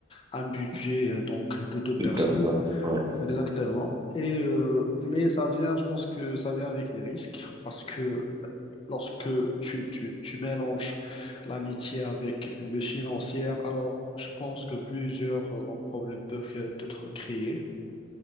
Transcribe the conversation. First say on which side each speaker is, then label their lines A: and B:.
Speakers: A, on the left; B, on the right.
A: un budget euh, donc de deux personnes
B: Une personne. Ouais.
A: exactement et euh, mais ça vient je pense que ça vient avec des risques parce que lorsque tu, tu, tu mélanges l'amitié avec le financier alors je pense que plusieurs euh, donc, problèmes peuvent euh, être créés